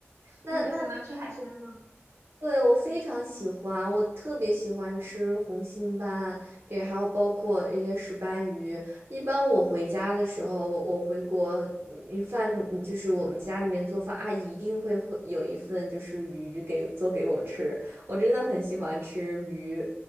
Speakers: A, on the right (about 55°); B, on the right (about 75°).
A: 那那
B: 你很喜欢吃海鲜吗？
A: 对，我非常喜欢，我特别喜欢吃红心斑，这还有包括一些石斑鱼。一般我回家的时候，我我回国，你饭嗯就是我们家里面做饭，阿姨一定会会有一份就是鱼给做给我吃，我真的很喜欢吃鱼，